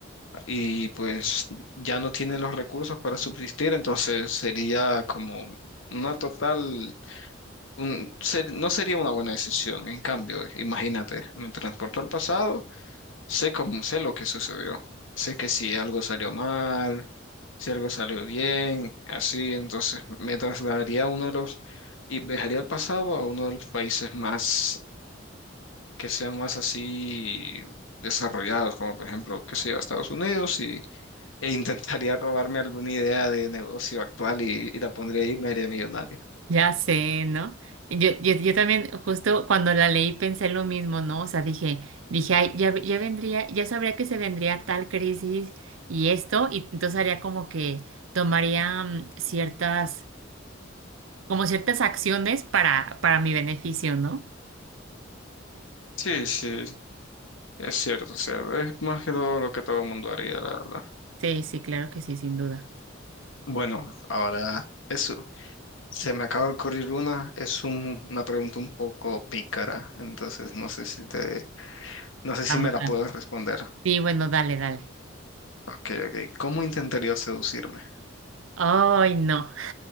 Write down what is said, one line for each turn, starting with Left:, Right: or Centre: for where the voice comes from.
Left: y pues ya no tiene los recursos para subsistir, entonces sería como una total, un- ser- no sería una buena decisión. En cambio, imagínate, me transporto al pasado Sé cómo, sé lo que sucedió. Sé que si algo salió mal, si algo salió bien, así, entonces me trasladaría a uno de los, y viajaría al pasado a uno de los países más, que sean más así desarrollados, como por ejemplo, qué sé yo, Estados Unidos, y, e <laughs> intentaría robarme alguna idea de negocio actual y, y la pondría ahí y me haría millonario.
Right: Ya sé, ¿no? Yo, yo, yo también, justo cuando la leí, pensé lo mismo, ¿no? O sea, dije, dije, ay, ya, ve- ya vendría, ya sabría que se vendría tal crisis y esto, y entonces haría como que tomaría mm, ciertas, como ciertas acciones para, para mi beneficio, ¿no?
Left: Sí, sí, es cierto, o sea, es más que todo lo que todo el mundo haría, la verdad.
Right: Sí, sí, claro que sí, sin duda.
Left: Bueno, ahora es Se me acaba de ocurrir una, es un- una pregunta un poco pícara, entonces no sé si te, no sé si
Right: Vamos,
Left: me la
Right: vamos.
Left: puedes responder.
Right: Sí, bueno, dale, dale.
Left: Ok, ok. ¿Cómo intentaría seducirme?
Right: Ay, no.